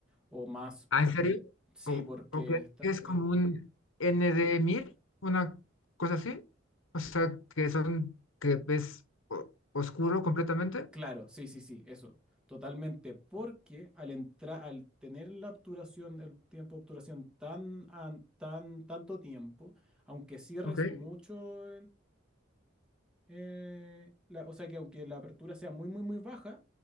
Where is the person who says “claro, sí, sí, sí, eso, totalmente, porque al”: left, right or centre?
Centre